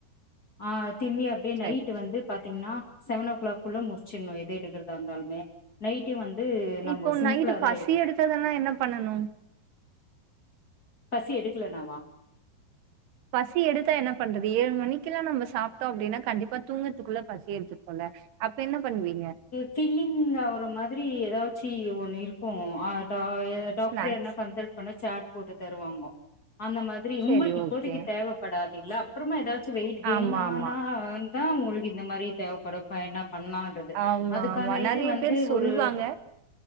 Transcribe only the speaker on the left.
ஆ தின்னியப் அப்டியே நைட்டு
வந்து பாத்தீங்கன்னா செவன் ஓ கிளாக் குள்ள முடிச்சிற்ணும் எத எடுக்கிறதா இருந்தாலுமே நைட்டு வந்து நம்ம
சிம்பிளா
தா எடுக்கணு
பசி எடுக்கலனாவா?
ஃபில்லிங்கா ஆகுற மாதிரி ஏதாச்சு ஒண்ணு இருக்கு ஆர் <unintelligible> டாக்ட்ரு
என்னா கன்சல் பண்ணா சாட் போட்டு தருவாங்கோ அந்த மாரி த்ரி இங்குளுக்கு
இப்போதைக்கு
தேவைப்படாது இல்ல அப்பறமா ஏதாச்சு வெயிட் கெய்ன்
ஆனா
தா உங்குளுக்கு இந்த மாரி தேவைப்படு இப்ப என்னா பண்லா குது
அதுக்கான
இது
வந்து
ஒரு